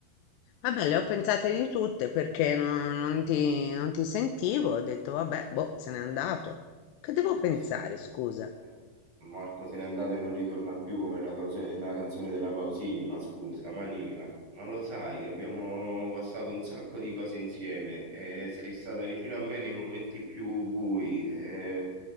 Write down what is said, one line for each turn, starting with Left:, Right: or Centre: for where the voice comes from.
Left: Vabbè, le ho pensate di tutte perché non, non ti, non ti sentivo. Ho detto, vabbè, boh, se n'è andato. Che devo pensare,
Right: Eh Sì,
Left: scusa?
Right: eh, Marco se n'è andato e non ritorna più come la, causo- la canzone della Pausini, ma scusa, Manigla, ma lo sai che abbiamo passato un sacco di cose insieme e sei stata vicino a me nei momenti più bui, eh,